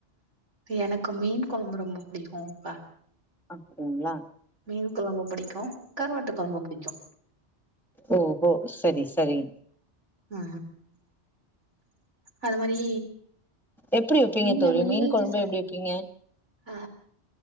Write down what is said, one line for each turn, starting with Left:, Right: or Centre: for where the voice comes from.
Right: எனக்கு மீன் குழம்பு ரொம்ப பிடிக்குப்பா
Centre: அப்டிங்ளா
Right: மீன் கொழம்ப பிடிக்கு கருவாட்டு கொழம்ப பிடிக்கு
Centre: ஓஹோ சரி சரி
Right: அ அத மாரி
Centre: எப்டி வைப்பீங்க
Right: நீங்க
Centre: தோழி
Right: வில்லேஜ்
Centre: மீன் கொழம்பு
Right: சை
Centre: எப்டி வைப்பீங்க
Right: ஆ